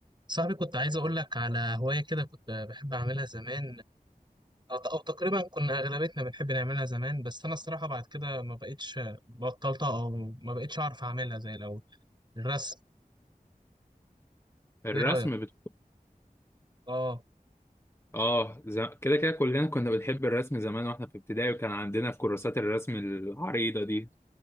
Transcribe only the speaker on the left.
الرسم
بت...
اه ز... كده كده كلنا كنا بنحب الرسم زمان واحنا في ابتدائي وكان عندنا كراسات الرسم العريضة دي